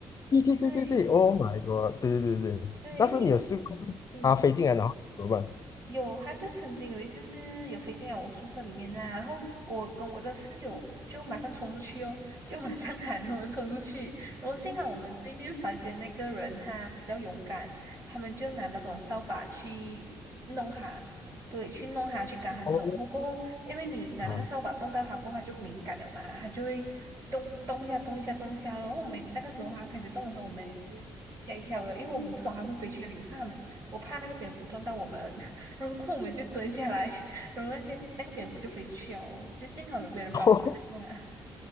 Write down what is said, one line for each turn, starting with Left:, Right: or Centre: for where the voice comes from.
Left: 对对对对对，Oh
Right: 对
Left: my god！对对对对，
Right: 对，
Left: 但是你有试过就是它飞进来然后怎么办？
Right: 因为嗯，有，他就曾经有一次是有飞进来我宿舍里面呐、然后我跟我的室友就马上冲出去哦，就马上喊，然后冲出去，然后幸好我们对面房间那个人他比较勇敢，他们就拿那种扫把去弄他，对，去弄他，去赶他走，
Left: 哦
Right: 然后过后，因为你拿那个扫把动到他过后，
Left: 啊
Right: 他就敏感了嘛，他就会动动一下，动一下，动一下，然后我们那个时候他开始动的时候，我们也是吓一跳的，因为我们不懂他会飞去哪里，我怕他们。我怕那个蝙蝠撞到我们，然后我们就蹲下来，<laughs> 然后那些那个蝙蝠就飞出去了哦，就幸好有别人帮我们看啊
Left: <laughs> 哦